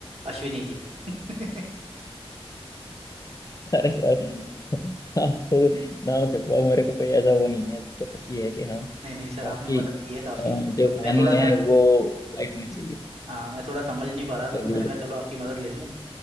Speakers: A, on the right; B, on the left.
A: अश्विनी जी <laughs>
B: <laughs> अरे सर आप खुद नाम छपवाओ मेरे को कोई ऐसा वो नहीं है तो बस ये है कि हाँ
A: नहीं नहीं सर आपने
B: आपकी
A: मदद की है काफी
B: अ, जो
A: मतलब
B: कहानी
A: मैं थोड़ा सा
B: है वो लाइट होनी चाहिए
A: हाँ मैं थोड़ा समझ नहीं पा रहा था
B: चलिए
A: तो मैंने कहा चलो आपकी मदद ले लूं